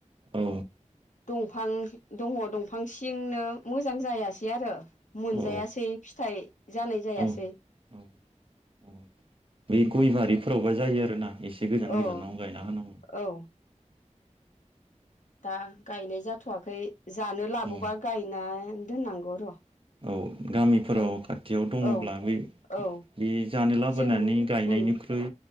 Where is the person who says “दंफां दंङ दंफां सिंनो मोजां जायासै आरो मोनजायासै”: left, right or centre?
Left